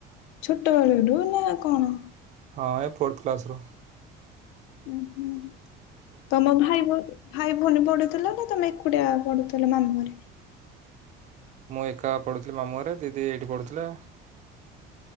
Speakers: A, on the left; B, on the right.
A: ଛୋଟବେଳ ରୁ ନା କଣ?
B: ହଁ ଏ ଫୋର୍ଥ କ୍ଲାସ ର
A: ଉଁ ହୁଁ ତମ ଭାଇ ଭାଇ ଭଉଣୀ ପଡୁଥିଲ ନା ତମେ ଏକୁଟିଆ ପଡ଼ଥିଲ ମାମୁଁ ଘରେ।
B: ମୁଁ ଏକା ପଢୁଥିଲି ମାମୁଁରେ ଦିଦି ଏଇଠି ପଢୁଥିଲେ